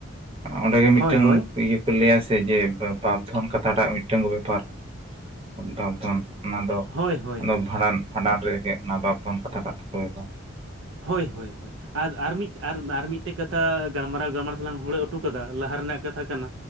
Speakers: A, on the right; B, on the right.
A: ᱚᱸᱰᱮᱜᱮ ᱢᱤᱫᱴᱟᱝ
B: ᱦᱳᱭ ᱦᱳᱭ
A: ᱤᱭᱟᱹ ᱠᱚ ᱞᱟᱹᱭᱟ ᱥᱮ ᱡᱮ ᱵᱟᱯ ᱫᱷᱚᱱ ᱠᱟᱛᱷᱟ ᱴᱟᱜ, ᱢᱤᱫᱴᱮᱱ ᱠᱚ ᱵᱮᱯᱟᱨ ᱚᱱᱟ ᱫᱚ
B: ᱦᱳᱭ ᱦᱳᱭ
A: ᱚᱱᱟᱫᱚ
B: ᱦᱳᱭ
A: ᱵᱷᱟᱸᱰᱟᱱ ᱵᱷᱟᱸᱰᱟᱱ ᱨᱮ ᱚᱱᱟ ᱵᱟᱯᱫᱷᱚᱱ ᱠᱟᱛᱷᱟ ᱴᱟᱜ ᱫᱚᱠᱚ ᱵᱮᱵᱚᱦᱟᱨᱟ᱾
B: ᱦᱳᱭ ᱦᱳᱭ ᱦᱳᱭ᱾ ᱟᱨ ᱟᱨ ᱢᱤᱫ ᱟᱨ ᱢᱤᱫᱴᱮᱡ ᱠᱟᱛᱷᱟ ᱜᱟᱞᱢᱟᱨᱟᱣ ᱜᱟᱞᱢᱟᱨᱟᱣ ᱛᱮᱞᱟᱝ ᱦᱩᱲᱟᱹ ᱦᱚᱴᱚ ᱠᱟᱫᱟ ᱞᱟᱦᱟ ᱨᱮᱱᱟᱜ ᱠᱟᱛᱷᱟ ᱠᱟᱱᱟ᱾